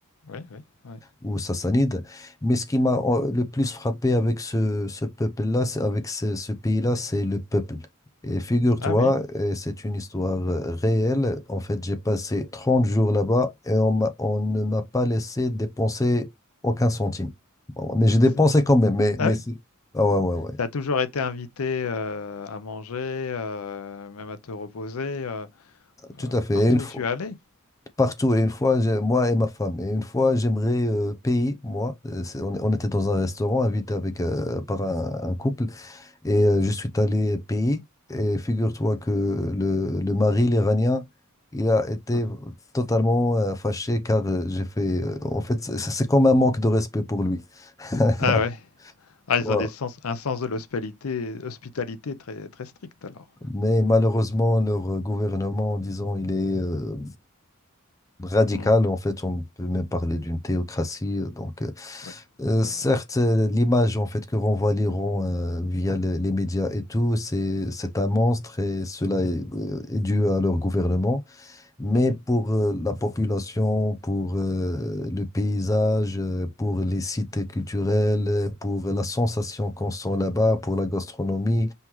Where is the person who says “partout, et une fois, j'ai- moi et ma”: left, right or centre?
Left